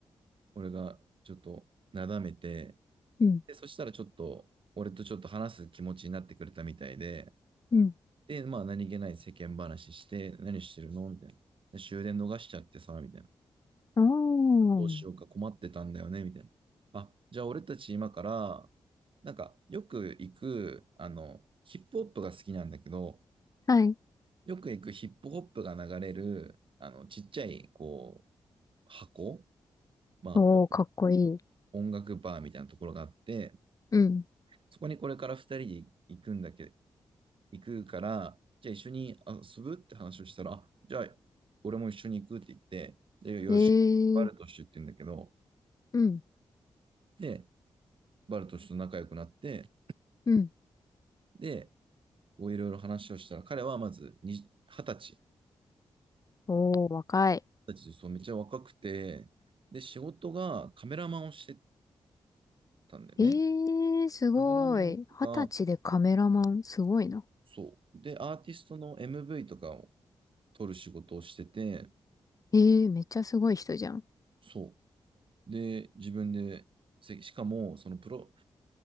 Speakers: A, on the right; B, on the left.
A: 俺がちょっとなだめて、
B: うん、うん、うん、
A: で、そしたらちょっと、俺とちょっと話す気持ちになってくれたみたいで、
B: うん、うん、
A: で、まあ何気ない世間話して、何してるのみたいな。終電逃しちゃってさ、みたいな。
B: お
A: どうしようか困ってたんだよね、
B: ー。
A: みたいな。あ、じゃあ俺たち今から、なんかよく行く、あの、ヒップホップが好きなんだけど、
B: はい。
A: よく行くヒップホップが流れる、あの、ちっちゃい、こう、箱まあ、
B: おー、かっこいい。
A: 音楽バーみたいなところがあって、
B: うん。
A: そこにこれから2人で行くんだけ、行くから、じゃあ一緒に遊ぶって話をしたら、あじゃあ俺も一緒に行くって言って、で、よろしく、
B: ええ
A: バルトシュって言うんだけど、
B: うん、
A: で、バルトシュと仲良くなって、
B: うん。
A: で、こういろいろ話をしたら、彼はまずに20歳、
B: おー、若い。
A: 20歳でそう、めっちゃ若くて、で、仕事がカメラマンをしてたんだよね。
B: ええすごい。
A: カメラマンとか、
B: 二十歳でカメラマン、すごいな。
A: そう。で、アーティストの MV とかを撮る仕事をしてて、
B: ええめっちゃすごい人じゃん。
A: そで、自分で、せしかも、そのプロ、